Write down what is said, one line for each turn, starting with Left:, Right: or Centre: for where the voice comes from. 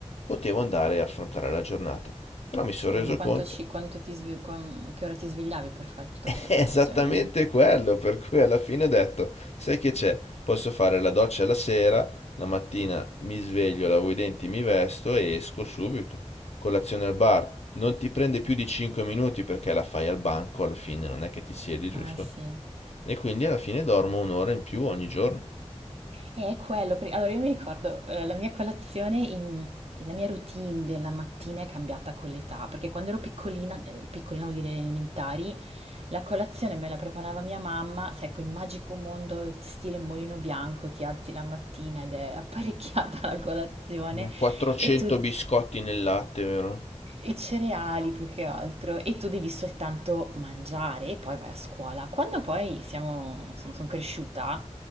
Left: potevo andare a affrontare la giornata. Però mi sono
Right: Scusa,
Left: reso
Right: ma quanto
Left: conto,
Right: ci- quanto ti sve- quan- che ora ti svegliavi per fare tutta
Left: <laughs> è
Right: questa colazione?
Left: esattamente quello, per cui alla fine ho detto, sai che c'è? Posso fare la doccia la sera, la mattina mi sveglio, lavo i denti, mi vesto e esco subito. Colazione al bar, non ti prende più di 5 minuti perché la fai al banco, alla fine non è che ti siedi, giusto?
Right: Ah sì.
Left: E quindi alla fine dormo un'ora in più ogni giorno.
Right: È quello, perché- allora io mi ricordo eh, la mia colazione, in- la mia routine della mattina è cambiata con l'età, perché quando ero piccolina, eh, piccolina vuol dire elementari, la colazione me la preparava mia mamma, sai, quel magico mondo stile mulino bianco, ti alzi la mattina ed è apparecchiata <laughs> la colazione
Left: Eh, 400
Right: e tu
Left: biscotti nel latte, vero?
Right: i cereali più che altro, e tu devi soltanto mangiare e poi vai a scuola. Quando poi siamo, insomma, sono cresciuta